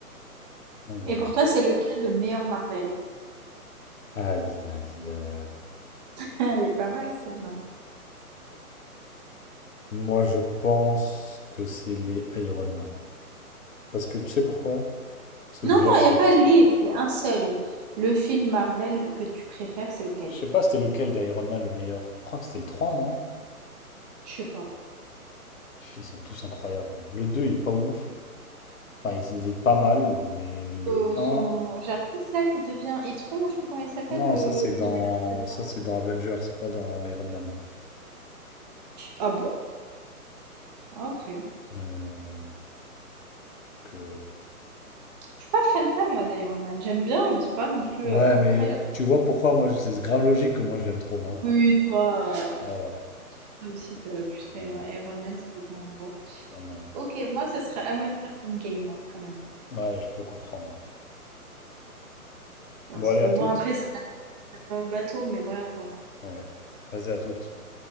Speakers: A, on the left; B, on the right.
A: Donc voilà.
B: Et pour toi, c'est lequel le meilleur Marvel?
A: Aïe, aïe, aïe.
B: <laughs> Elle est pas mal celle-là.
A: Moi, je pense que c'est les Iron Man. Parce que tu sais pourquoi? Parce que
B: Non,
A: déjà,
B: non,
A: c'est.
B: il n'y a pas les, c'est un seul. Le film Marvel que tu préfères, c'est lequel?
A: Je sais pas, c'était lequel d'Iron Man le meilleur? Je crois que c'était le 3, non?
B: Je sais pas.
A: Pff, Ils sont tous incroyables. hein. Le 2, il est pas ouf. Enfin, il il est pas mal, mais le
B: Euh,
A: un,
B: son Jarvis là qui devient Itron, je sais pas comment il s'appelle,
A: Non,
B: le
A: ça, c'est dans.
B: l'IA.
A: Ça, c'est dans Avengers, c'est pas dans Iron Man.
B: Ah bon? Ah ok.
A: Euh, que
B: Je suis pas fan fan moi d'Iron Man. J'aime bien, mais c'est pas non plus
A: Ouais,
B: euh, incroyable.
A: mais tu vois pourquoi moi, je- c'est grave logique que moi je l'aime trop, non?
B: Oui, toi, euh,
A: Voilà,
B: je sais aussi que tu serais
A: voilà,
B: Iro- Iron Man si t'étais un héros.
A: vraiment.
B: Ok, moi ce serait Avengers Endgame hein, quand même.
A: Ouais, je peux comprendre.
B: Parce
A: Bon, allez,
B: que
A: à
B: bon
A: toutes.
B: après c'est un bateau, mais voilà quoi.
A: Ouais. Vas-y, à toutes.